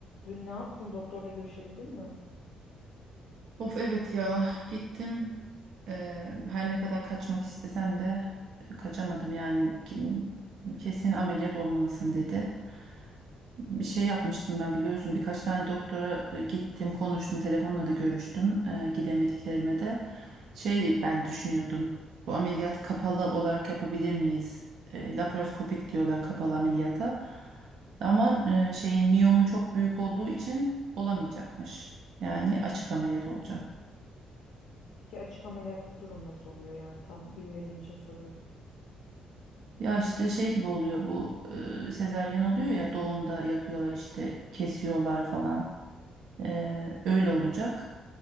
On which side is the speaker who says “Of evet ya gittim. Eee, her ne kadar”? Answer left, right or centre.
Right